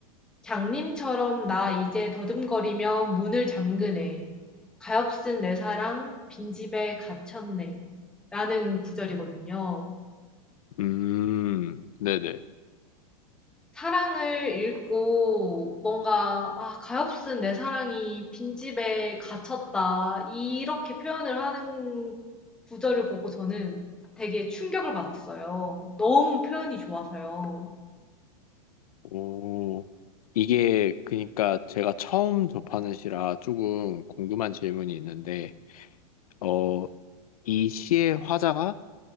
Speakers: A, in the centre; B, on the left.
A: 장님처럼 나 이제 더듬거리며 문을 잠그네. 가엾은 내 사랑 빈집에 갇혔네. 라는 구절이거든요.
B: 음, 네네.
A: 사랑을 읽고 뭔가 '아 가엾은 내 사랑이 빈집에 갇혔다.' 이렇게 표현을 하는 구절을 보고 저는 되게 충격을 받았어요. 너무 표현이 좋아서요.
B: 오, 이게 그러니까 제가 처음 접하는 시라 조금 궁금한 질문이 있는데, 어, 이 시의 화자가